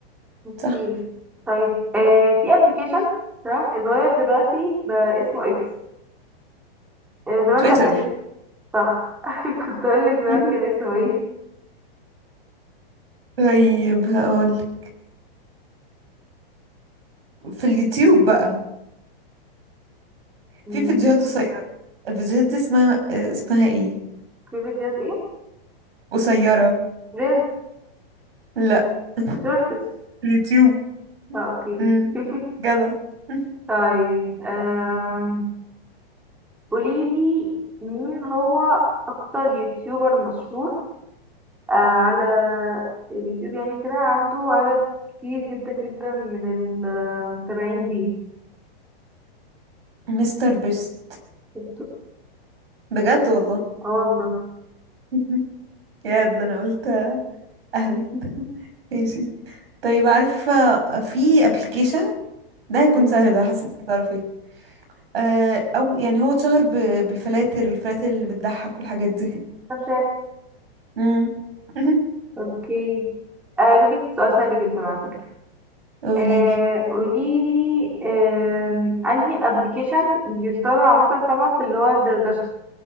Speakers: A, in the centre; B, on the right.
A: اوكي
B: صح
A: طيب آه في ابلكيشن تمام اتغير دلوقتي بقى اسمه اكس آه زمان
B: تويتر
A: بقى كان صح <laughs> كنت اقول لك زمان
B: <laughs>
A: كان اسمه ايه
B: طيب هقولك في اليوتيوب بقى
A: مم.
B: في فيديوهات قصيرة الفيديوهات دي اسمها آه، اسمها ايه
A: في فيديوهات ايه
B: قصيرة
A: ريلز
B: لا <laughs>
A: شورتس
B: اليوتيوب
A: اه اوكي
B: امم
A: <laughs>
B: جدع <laughs>
A: طيب آم، قوليلي مين هو اكتر يوتيوبر مشهور آه على اليوتيوب يعني كده عنده عدد كتير جدا جدا من المتابعين
B: مستر بيست
A: دي
B: بجد والله
A: اه والله
B: <laughs> يا ده انا قلت اهبل
A: <laughs>
B: ماشي طيب عارفة في ابلكيشن ده هيكون
A: مم.
B: سهل ده حاسة انك هتعرفيه آه، او يعني هو اتشهر ب- بالفلاتر الفلاتر اللي بتضحك والحاجات دي
A: طب شايف.
B: امم <laughs>
A: اوكي اجيب لك سؤال سهل جدا على فكرة
B: قوليلي
A: آه قولي لي آه انهي ابلكيشن بيستخدم عامة فما في اللي هو الدردشة